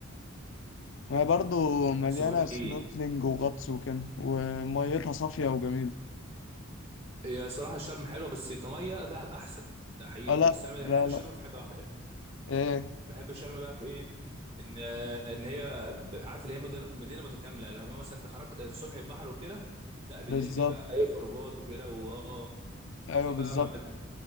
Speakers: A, on the left; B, on the right.
A: ما هي برضه مليانة
B: بس بقول لك
A: سنوركلينج
B: ايه
A: وغطس وكده وميتها صافية وجميلة
B: هي صراحه شرم حلوه بس كميه دهب احسن ده حقيقه
A: اه
B: بس
A: لا
B: انا
A: لا
B: بحب
A: لا
B: شرم في حاجه واحده
A: ايه
B: بحب شرم بقى في ايه ان ان هي عارف اللي هي مدن- مدينه متكامله لو مثلا انت خرجت الصبح البحر وكده لا بالليل
A: بالظبط
B: في بقى ايه خروجات وكده واه
A: ايوه
B: في
A: بالظبط
B: بقى مجد...